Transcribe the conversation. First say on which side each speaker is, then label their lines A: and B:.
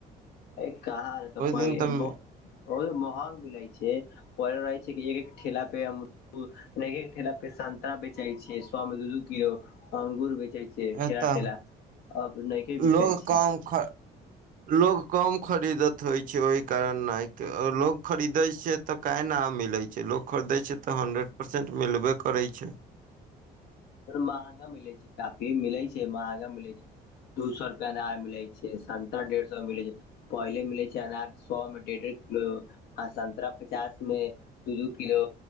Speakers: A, on the left; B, on the right.
A: कतहु तँ बड्ड
B: दिन तऽ
A: महग मिलै छै। पल रहै छै एक एक ठेला पे हम न, ठेलापर सन्तरा बेचै छै। सौ रुपैआमे दू-दू किलो अंगूर बेचै छै। से
B: एता
A: ठेला ठेला अब नहिके बेचाइ
B: लोग
A: छै
B: कम ख। लोग कम खरीदत होइ छय ओहि कारण लोग खरीदे छै तऽ क नइ मिलै छै लोक खरीदै छै तऽ हन्ड्रेड परसेंट मिलबे करै छै।
A: महंगा मिलै छै काफी मिलै छै महंगा मिलै छै दू सए रुपैआमे नहि मिलै छै, सए डेढ़ सएमे मिलै छै। पहिले मिलैत छै अनार सए मे डेढ़ डेढ़ किलो आ सतरा पचास में दू दू किलो